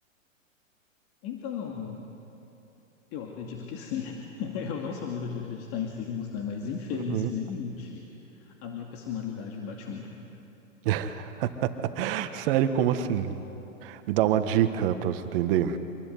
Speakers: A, on the left (about 35°); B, on the right (about 45°).
A: Então, eu acredito que sim. <laughs> Eu não sou muito de acreditar em signos, né? Mas, infelizmente,
B: Uhum.
A: a minha personalidade bate muito.
B: <laughs> Sério, como assim? Me dá uma dica pra você entender.